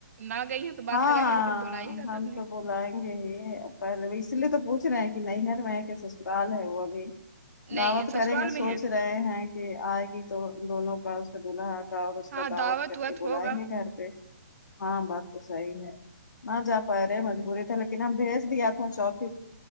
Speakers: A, on the right (about 55°); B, on the left (about 80°).
A: نہ گئی ہیں تو بات
B: ہاں
A: الگ ہے لیکن بلائیے گا
B: ہم
A: تب نہیں
B: تو بلاینگے ہی پہل اس لیے تو پوچھ رہے ہیں کہ نہیں ہے ن میں کی سسرال ہے وہ ابھی
A: نہیں
B: دعوت
A: سسرال
B: کریں گے سوچ
A: میں ہے
B: رہے ہیں کہ آئے گی تو دونوں کا اس کا دولہا ہوگا اس کا
A: ہاں
B: دعوت کر
A: وت
B: کے بلائیں
A: ہوگا
B: گے گھر پہ ہاں بات تو نہ جا پارہے مجبوری تھا لیکن ہم بھیج دیا تھا